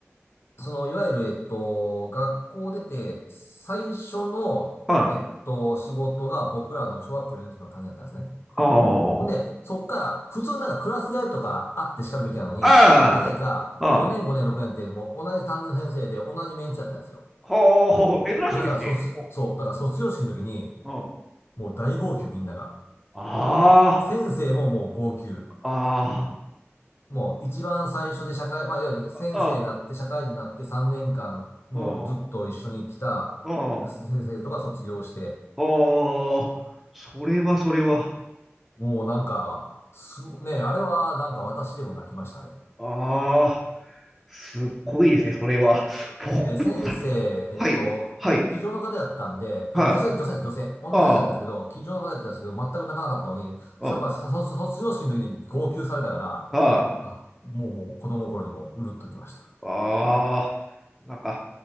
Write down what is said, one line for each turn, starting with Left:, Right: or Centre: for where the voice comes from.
Left: その、いわゆる、えっと、学校出て、最初の、
Centre: はい。
Left: えっと、仕事が僕らの小学校4年の時の担任だったんですね。
Centre: はあ。
Left: ほんで、そっから、普通なんかクラス替えとかあって叱るべきなのに、
Centre: あ
Left: なぜか4年、
Centre: あ、ああ。
Left: 5年、6年ってもう同じ担任の先生で同じメンツやったんですよ。
Centre: ほうほうほう。珍しいですね。
Left: だから卒、
Centre: お、
Left: そう、だから卒業式の時に、
Centre: うん。あ
Left: もう大号泣みんなが。
Centre: あ、
Left: 先生ももう号泣。
Centre: あ
Left: もう一番最初で社会、まあ、いわゆる先生になって社会人になって3年間、
Centre: あ、あ、
Left: もうずっと一緒に来た先生とか卒業して、
Centre: うん、うん。ああ、それはそれは。
Left: もうなんか、すごね、あれはなんか私でも泣きましたね。
Centre: ああ、すっごいですね、それは。僕、
Left: で、先生、
Centre: どうだったかな。
Left: えっと、
Centre: はい、はい、
Left: 机上の方やったんで、
Centre: はい。
Left: あの女性、女性、女性、女の先生だったんですけど、
Centre: ああ、
Left: 机上の方やったんですけど、全く泣かなかったのに、やっぱさ卒、
Centre: うん、
Left: 卒業式の時に号泣されたから、
Centre: はい。
Left: あ、もうもう子供の頃にもううるっときました。
Centre: ああ、なんか、